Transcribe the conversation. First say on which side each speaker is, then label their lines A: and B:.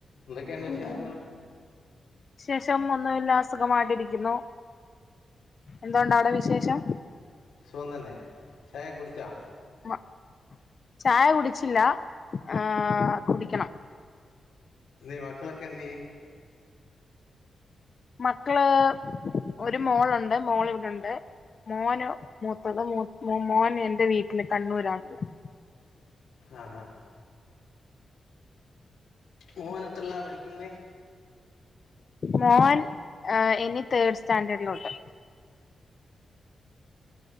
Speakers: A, on the left; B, on the left.
A: എന്തൊക്കെയണ്ട് വിശേഷങ്ങൾ
B: വിശേഷം ഒന്നുംല്ല അസുഖമായിട്ടിരിക്കുന്നു എന്തുണ്ട അവിടെ വിശേഷം
A: സുഖം തന്നെ ചായക്കെ കുടിച്ചാ
B: മ ചായ കുടിച്ചില്ല ആഹ് കുടിക്കണം
A: ന്ത്യേ മക്കളൊക്കെ എന്തിയെ
B: മക്കള് ഒരു മോൾണ്ട് മോൾ ഇവിടുണ്ട് മോന് മൂത്തത് മോന് എന്റെ വീട്ടില് കണ്ണൂരാണുള്ളത്
A: ആഹ് ആഹ് മോൻ എത്രയിലാ പഠിക്കുന്നേ
B: മോൻ ഇനി തേർഡ് സ്റ്റാഡേർഡിലോട്ട്